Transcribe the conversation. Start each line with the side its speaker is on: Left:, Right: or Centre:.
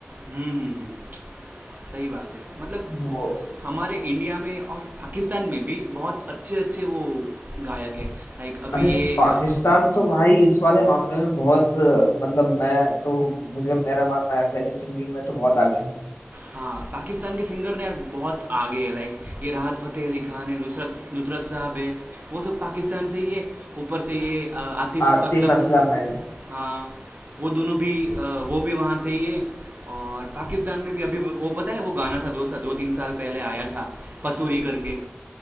Right: हम्म हम्म, हम्म, सही बात है मतलब
Left: वो
Right: हमारे इंडिया में और पाकिस्तान में भी बहुत अच्छे अच्छे वो गायक है लाइक अभी
Left: अरे
Right: ये
Left: पाकिस्तान
Right: अ,
Left: तो भाई इस वाले मामले में बहुत अ, मतलब मैं तो मुझे मेरा मानना ऐसा है कि सिंगिंग में तो बहुत आगे है
Right: हाँ पाकिस्तान के सिंगर ने यार बहुत आगे है लाइक ये राहत फ़तेह अली खान है नुसरत नुसरत साहब है वो सब पाकिस्तान से ही है ऊपर से ये अ, आतिफ
Left: आतिफ
Right: असलम
Left: असलम है
Right: हाँ वो दोनों भी अ, वो भी वहाँ से ही है और पाकिस्तान में भी अभी वो पता है वो गाना था दो सा दो तीन साल पहले आया था पसूरी करके